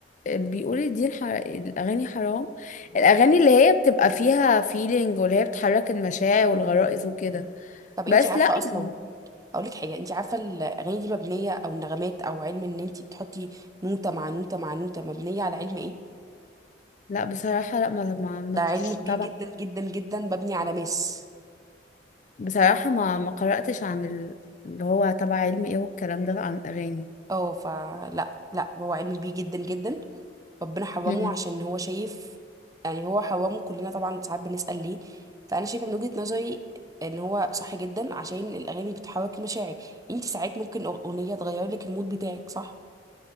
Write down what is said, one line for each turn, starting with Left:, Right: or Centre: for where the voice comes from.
Left: بيقولوا دي الحر... الاغاني حرام الاغاني اللي هي بتبقى فيها فيلينج واللي هي بتحرك المشاعر والغرائز وكده
Right: طب
Left: بس
Right: انتي عارفه
Left: لا
Right: اصلا
Left: يعني
Right: اقول لك حاجه انتي عارفه الاغاني دي مبنيه او نغمات او علم ان انتي بتحطي نوته مع نوته مع نوته مبنيه على علم ايه
Left: لا بصراحه لا ما ما ما
Right: ده علم
Left: مش
Right: كبير
Left: تبع
Right: جدا جدا جدا مبني على ماس
Left: بصراحه ما ما قراتش عن ال- اللي هو تبع علم ايه والكلام ده عن الاغاني
Right: اه فلا لا هو علم كبير جدا جدا ربنا حرمه
Left: مم.
Right: عشان هو شايف يعني هو حرمه كلنا طبعا ساعات بنسأل ليه فأنا شايفة من وجهة نظري إن هو صح جدا عشان الأغاني بتحرك المشاعر انت ساعات ممكن أغ- أغنية تغير لك المود بتاعك صح